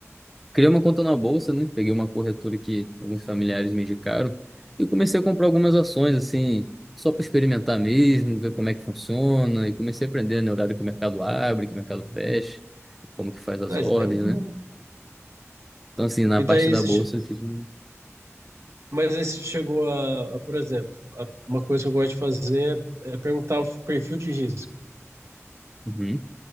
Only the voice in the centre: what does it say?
criei uma conta na bolsa, né? Peguei uma corretora que alguns familiares me indicaram e comecei a comprar algumas ações, assim, só para experimentar mesmo, ver como é que funciona. E comecei a aprender, né, o horário que o mercado abre, que o mercado fecha, como que faz as
ordens,
né?
Então, assim, na
parte
da
bolsa,
tipo.
uhum.